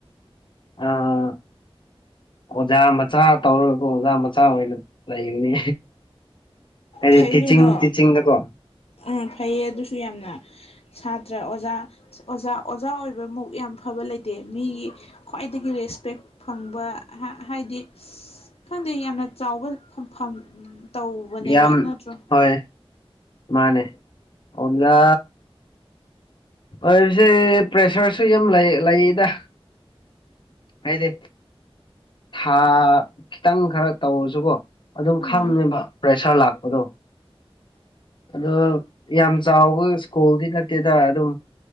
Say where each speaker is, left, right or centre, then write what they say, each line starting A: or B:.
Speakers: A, on the left; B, on the left.
A: ꯑꯥ ꯑꯣꯖꯥ ꯃꯆꯥ ꯇꯧꯔꯒ ꯑꯣꯖꯥ ꯃꯆꯥ ꯑꯣꯏꯅ ꯂꯩꯕꯅꯤ ꯑꯗꯨꯗꯤ
B: ꯐꯩ
A: ꯇꯤꯆꯤꯡ
B: ꯀꯩꯅꯣ
A: ꯇꯤꯆꯤꯡꯗꯀꯣ
B: ꯎꯝ ꯐꯩꯌꯦ ꯑꯗꯨꯁꯨ ꯌꯥꯝꯅ ꯁꯥꯇ꯭ꯔ ꯑꯣꯖꯥ ꯑꯣꯖꯥ ꯑꯣꯖꯥ ꯑꯣꯏꯕꯃꯨꯛ ꯌꯥꯝ ꯐꯕ ꯂꯩꯇꯦ ꯃꯤꯒꯤ ꯈ꯭ꯋꯥꯏꯗꯒꯤ ꯔꯦꯁꯄꯦꯛ ꯐꯪꯕ ꯍꯥꯏꯗꯤ ꯈ ꯈꯪꯗꯦ ꯌꯥꯝꯅ ꯆꯥꯎꯕ ꯐꯝꯐꯝ ꯇꯧꯕꯅꯦꯕ
A: ꯌꯥꯝ
B: ꯅꯠꯇ꯭ꯔꯣ
A: ꯍꯣꯏ ꯃꯥꯅꯦ ꯑꯣꯖꯥ ꯑꯣꯏꯁꯦ ꯄ꯭ꯔꯦꯁꯔꯁꯨ ꯌꯥꯝ ꯂꯩ ꯂꯩꯗ ꯍꯥꯏꯗꯤ ꯊꯥ ꯈꯤꯇꯪ ꯈꯔ ꯇꯧꯔꯁꯨꯀꯣ ꯑꯗꯨꯝ
B: ꯎꯝ
A: ꯈꯪꯉꯦꯕ ꯄ꯭ꯔꯦꯁꯔ ꯂꯥꯛꯄꯗꯣ ꯑꯗꯣ ꯌꯥꯝ ꯆꯥꯎꯕ ꯁ꯭ꯀꯨꯜꯗꯤ ꯅꯠꯇꯦꯗ ꯑꯗꯨꯝ